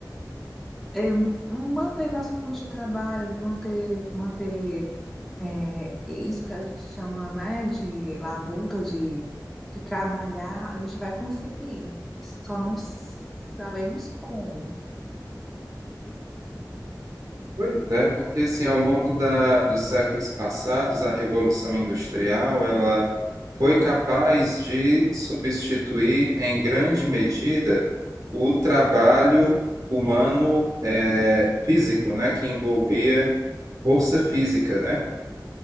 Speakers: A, in the centre; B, on the right.
A: é, manter nossa fonte de trabalho, manter, manter É, isso que a gente chama, né, de labuta, de, de trabalhar, a gente vai conseguir. Só não sabemos como.
B: Pois é, porque assim, ao longo da, dos séculos passados, a Revolução Industrial, ela foi capaz de substituir, em grande medida, o trabalho humano eh, físico, né, que envolvia força física, né?